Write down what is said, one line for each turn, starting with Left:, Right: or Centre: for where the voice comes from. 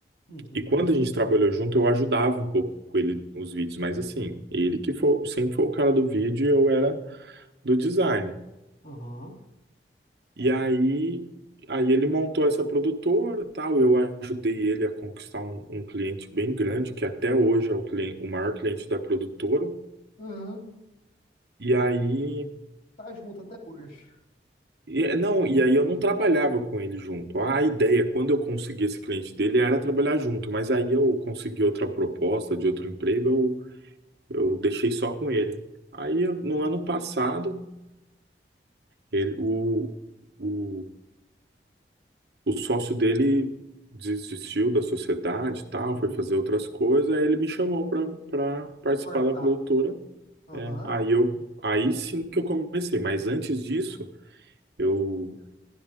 Left: Uhum,
Right: E quando a gente trabalhou junto, eu ajudava um pouco ele nos vídeos, mas assim, ele que foi, sempre foi o cara do vídeo e eu era do design.
Left: aham,
Right: E aí, aí ele montou essa produtora, e tal, eu ajudei ele a conquistar um, um cliente bem grande, que até hoje é o cliente, o maior cliente da produtora.
Left: Aham.
Right: E aí,
Left: Tá junto até hoje.
Right: e- não, e aí eu não trabalhava com ele junto. A ideia, quando eu consegui esse cliente dele, era trabalhar junto, mas aí eu consegui outra proposta de outro emprego, Eu deixei só com ele. Aí, no ano passado, ele, o, o, o sócio dele desistiu da sociedade e tal,
Left: uhum,
Right: foi fazer outras coisas, aí ele me chamou para participar
Left: Cortar.
Right: da produtora.
Left: Aham.
Right: É, aí eu, aí sim que eu comecei, mas antes disso, eu,